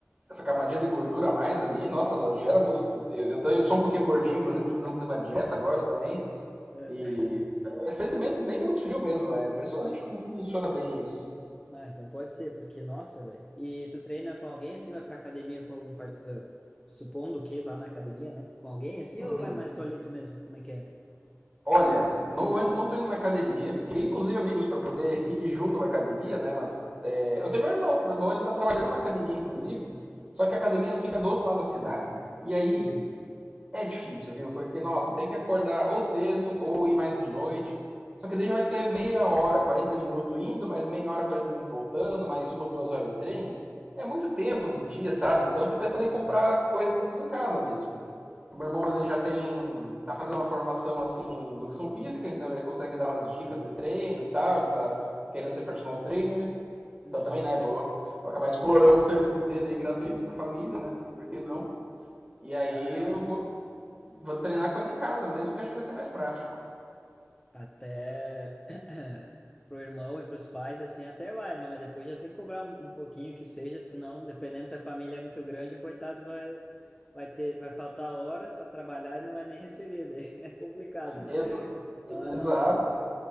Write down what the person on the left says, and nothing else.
É,
Ah, então pode ser, porque, nossa, velho. E tu treina com alguém assim, vai pra academia com algum. par- ah, supondo que vá na academia, né? Com alguém assim,
ou vai mais solito mesmo? Como é que é?
Aham.
Uhum.
Uhum.
Ah,
louco.
Uhum.
Ah, não.
até <coughs> <clears throat> pro irmão e pros pais, assim, até vai, né? Mas depois já tem que cobrar um, um pouquinho que seja, senão, dependendo se a família é muito grande, o coitado vai, vai ter, vai faltar horas para trabalhar e não vai nem receber, daí <laughs> é complicado, né?
Ah, não, tá louco.